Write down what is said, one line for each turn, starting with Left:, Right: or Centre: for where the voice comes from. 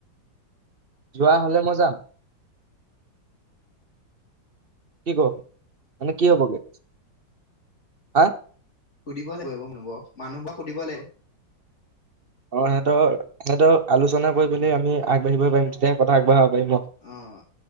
Right: যোৱা হলে মই যাম। কি ক মানে কি হ'বগে হা?
Left: সুধিব লাগিব মানুহবোৰ মানুহবোৰক সুধিব লাগিব।
Right: অ সিহঁতৰ সিহঁতৰ আলোচনা কৰি পিনি আমি আগবাঢ়িব পাৰি তেতিয়াহে কথা আগবঢ়াব। পাৰিম ন?
Left: অহ